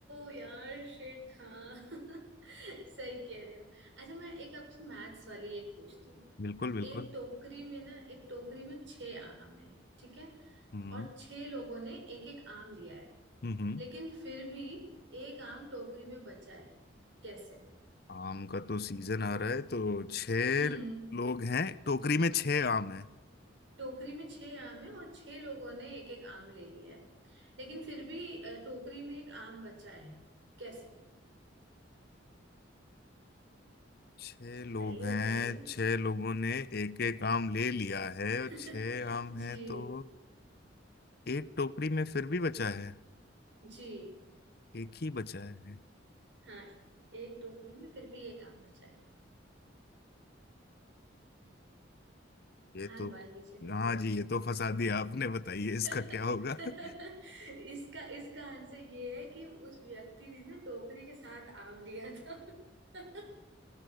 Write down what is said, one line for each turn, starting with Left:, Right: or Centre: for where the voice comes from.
Right: यार शिट हाँ <laughs> सही कह रहे हो अच्छा मैं एक आपसे मैथ्स वाली एक पूछती हूँ
Left: बिल्कुल बिल्कुल
Right: एक टोकरी में ना एक टोकरी में छह आम है ठीक है
Left: हम्म
Right: और छह लोगों ने एक एक आम लिया है
Left: हम्म हम्म।
Right: लेकिन फिर भी एक आम टोकरी में बचा है कैसे
Left: आम का तो सीजन आ रहा है तो छह
Right: हम्म
Left: लोग हैं टोकरी में छह आम हैं
Right: टोकरी में छह आम है और छह लोगों ने एक एक आम ले लिया है लेकिन फिर भी अ, टोकरी में एक आम बचा है कैसे
Left: छह लोग
Right: बताइए
Left: हैं
Right: बताइए
Left: छह लोगों ने एक एक आम ले लिया है और
Right: <laughs>
Left: छह आम है
Right: जी
Left: तो एक टोकरी में फिर भी बचा है
Right: जी
Left: एक ही बचा है
Right: हाँ एक टोकरी में फिर भी एक आम बचा है
Left: ये
Right: हार
Left: तो
Right: मान लीजिए नहीं
Left: हाँ
Right: बताएंगे
Left: जी ये तो फंसा दिया आपने बताइए इसका
Right: <laughs>
Left: क्या होगा <laughs>
Right: इसका इसका आंसर ये है कि उस व्यक्ति ने ना टोकरी के साथ आम लिया था <laughs>